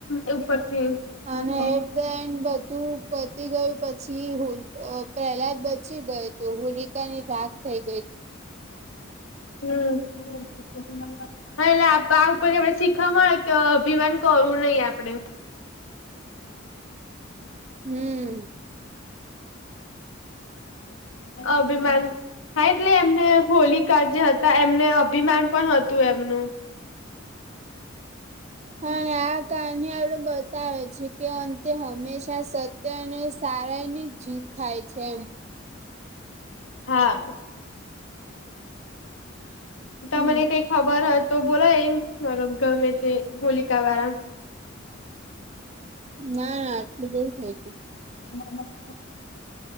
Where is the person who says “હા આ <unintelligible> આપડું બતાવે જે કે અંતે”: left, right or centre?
Right